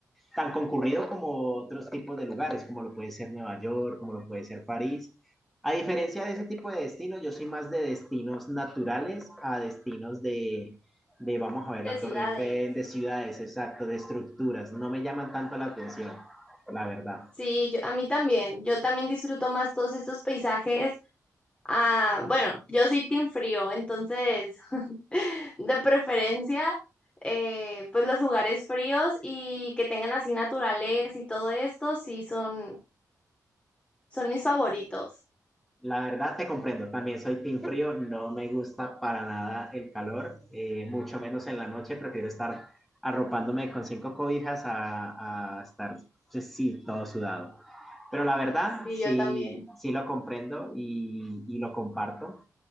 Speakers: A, in the centre; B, on the left.
A: tan concurrido como otros tipos de lugares, como lo puede ser Nueva York, como lo puede ser París. A diferencia de ese tipo de destinos, yo soy más de destinos naturales a destinos de, de vamos a ver,
B: de
A: la
B: ciudades.
A: Torre Eiffel, de ciudades, exacto, de estructuras. No me llaman tanto la atención, la verdad.
B: Sí, yo, a mí también, yo también disfruto más todos estos paisajes Ah, bueno, yo soy team frío, entonces <laughs> de preferencia, eh, pues los lugares fríos y que tengan así naturaleza y todo esto, sí son, son mis favoritos.
A: La verdad te comprendo, también soy team frío, no me gusta para nada el calor, eh, mucho menos en la noche, prefiero estar arropándome con cinco cobijas a, a estar, pues, sí, todo sudado. Pero la verdad,
B: Sí, yo
A: sí,
B: también.
A: sí lo comprendo y, y lo comparto.